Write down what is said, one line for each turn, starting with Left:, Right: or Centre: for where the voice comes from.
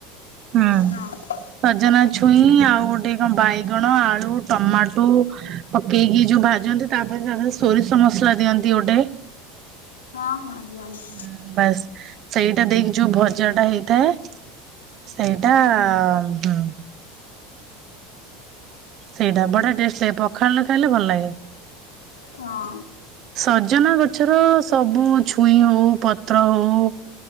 Right: ହୁଁ
Left: ହଁ
Right: ସଜନା ଛୁଇଁ ଆଉ ଗୋଟେ କଣ ବାଇଗଣ, ଆଳୁ, ଟମାଟୋ ପକେଇକି ଯୋଉ ଭାଜନ୍ତି ତାପ ସୋରିଷ ମସଲା ଦିଅନ୍ତି ଗୋଟେ
Left: ହଁ। ହଁ ଦିଅନ୍ତି
Right: ହୁଁ ବାସ୍ ସେଇଟା ଦେଇକି ଯୋଉ ଭଜା ଟା ହେଇଥାଏ ସେଇଟା
Left: ହଁ
Right: ହୁଁ ସେଇଟା ବଢିଆ ଟେଷ୍ଟ ଲାଗେ ପଖାଳରେ ଖାଇଲେ ଭଲ ଲାଗେ।
Left: ହଁ।
Right: ସଜନା ଗଛର ସବୁ ଛୁଇଁ ହଉ ପତ୍ର ହଉ